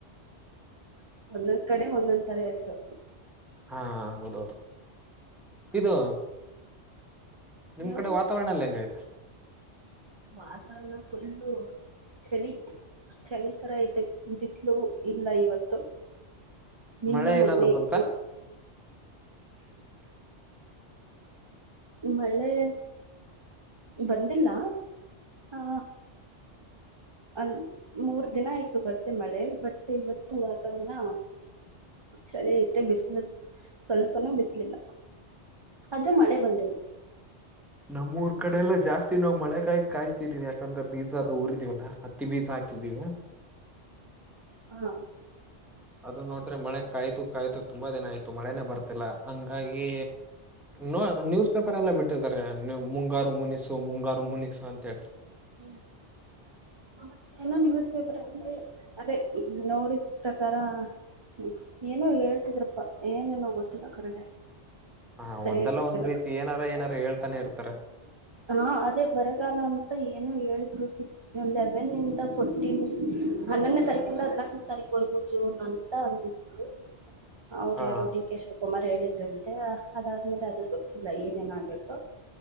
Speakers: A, on the right; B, in the centre.
A: ಒಂದೊಂದ್ ಕಡೆ ಒಂದೊಂದ ತರಾ ಹೆಸರು
B: ಹಾ ಹೌದೌದು ಇದು ನಿಮ್
A: ಯಾವ್ದು
B: ಕಡೆ ವಾತಾವರಣ ಎಲ್ಲ ಹೆಂಗ ಐತೆ
A: ವಾತಾವರಣ ಫುಲ್ಲು ಚಳಿ ಚಳಿ ತರ ಐತೆ ಬಿಸ್ಲು ಇಲ್ಲ ಇವತ್ತು. ನಿನ್ನೆ
B: ಮಳೆ ಏನಾದ್ರು
A: ಮೊನ್ನೆ
B: ಬಂತ
A: ಇತ್ತು ಮಳೆ ಬಂದಿಲ್ಲ ಆ ಅಲ್ ಮೂರ್ ದಿನ ಆಯ್ತು ಬರ್ತೆ ಮಳೆ ಬಟ್ ಇವತ್ತು ವಾತಾವರಣ ಚಳಿ ಐತೆ ಬಿಸ್ಲು ಸ್ವಲ್ಪನೂ ಬಿಸಲಿಲ್ಲ ಆದ್ರೆ ಮಳೆ ಬಂದಿಲ್ಲ
B: ನಮ್ಮೂಊರ್ ಕಡೆ ಎಲ್ಲ ಜಾಸ್ತಿ ನಾವು ಮಳೆಗಾಗಿ ಕಾಯ್ತಿದೀವಿ ಯಾಕಂದ್ರ ಬೀಜ ಅದು ಊರಿದೀವಲ್ಲಾ ಬಿಜಾ ಹಾಕಿದೀವಿ
A: ಹಾ
B: ಅದು ನೋಡಿದ್ರೆ ಮಳೆ ಕಾಯ್ದು ಕಾಯ್ದು ತುಂಬಾ ದಿನ ಆಯ್ತು ಮಳೆನೆೇ ಬರ್ತಿಲ್ಲ ಹಂಗಾಗಿ ಮ ನ್ಯೂಸ್ ಪೇಪರ್ ಎಲ್ಲಾ ಬಿಟ್ಟಿದಾರೆ ನ್ ಮುಂಗಾರು ಮುನಿಸು ಮುಂಗಾರು ಮುನಿಸು ಅಂತೇಳಿ
A: <inaudible> ಮತ್ತೇನ ನ್ಯೂಸ್ ಪೇಪರ್ ಅಲ್ಲಿ ಅದೇ ನೋಡಿದ ಪ್ರಕಾರಾ ಹ್ಮ ಏನೋ ಹೇಳ್ತಿದ್ರಪ್ಪಾ ಏನೇನೋ ಗೊತ್ತದ ಕರಡೆ
B: ಹಾ
A: ಸರಿಯಾಗಿ
B: ಒಂದಲ್ಲ
A: ಗೊತ್ತಿಲ್ಲ
B: ಒಂದ್ ರೀತಿ ಏನಾರ ಏನಾರ ಹೇಳ್ತಾನೆ ಇರ್ತಾರೆ
A: ಹಾ ಅದೇ ಬರಗಾಲಾ ಅಂತ ಏನ ಹೇಳಿದ್ರು ಸಿಕ್ಸ್ ಲೆವೆನ್ ಇಂದ ಫೋರ್ಟೀನ್ ಹನ್ನೊಂದನೇ ತಾರೀಕಂದ ಹದಿನಾಲ್ಕನೇ ತಾರೀಕು ರೆಗೂ ಜೂನ್ ಅಂತ ಅಂದಿದ್ರು ಅವರು
B: ಹಾ
A: ಯಾರೋ ಡಿ ಕೆ ಶಿವಕುಮಾರ್ ಹೇಳಿದ್ರರು ಅಂತ ಮತ್ತೆ ಅದಾದ್ಮೇಲೆ ಅದು ಗೊತ್ತಿಲ್ಲ ಏನೇನ ಆಗಿತ್ತು